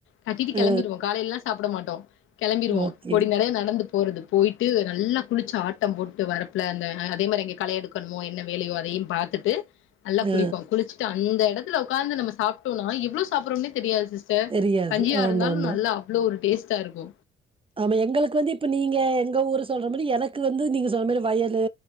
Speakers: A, on the left; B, on the right.
A: கட்டீட்டு கெளம்பிருவோ
B: அ.
A: காலைல்லா சாப்புட மாட்டோ கெளம்பிருவோ
B: ஓகே.
A: பொடி நடையா நடந்து போறது போய்ட்டு நல்லா குளிச்சு ஆட்டம் போட்டு வரப்புல அந்த அ அதே மாரி அங்க களையெடு க்கணுமோ என்ன வேலையோ அதையு பாத்துட்டு நல்லா குளிப்போ
B: அ.
A: குளிச்சி ட்டு அந்த எடத்துல ஒக்காந்து நம்ம சாப்ட்டோனா எவ்ளோ சாப்புட்றோனே தெரியாது சிஸ் டர்
B: தெரியாது.
A: கஞ்சியா
B: ஆமாமா.
A: இருந்தாலு நல்லா அவ்ளோ ஒரு டேஸ்ட்டா இருக்கு
B: ஆமா எங்களுக்கு வந்து இப்ப நீங்க எங்க ஊரு சொல்ற மாரி எனக்கு வந்து நீங்க சொல்ற மாரி வயலு